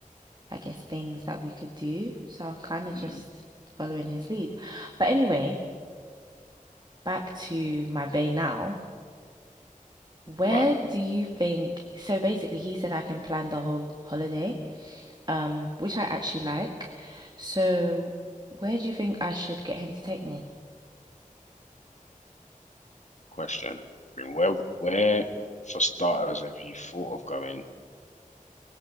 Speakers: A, on the right; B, on the left.
A: I guess, things that we could do. So I was kind of
B: Mhm.
A: just following his lead. But anyway, back to my bay now. Where
B: Right,
A: do you think? So basically, he said I can plan the whole holiday, um, which I actually like. So where do you think I should get him to take me?
B: question. I mean, where, where, for starters, have you thought of going?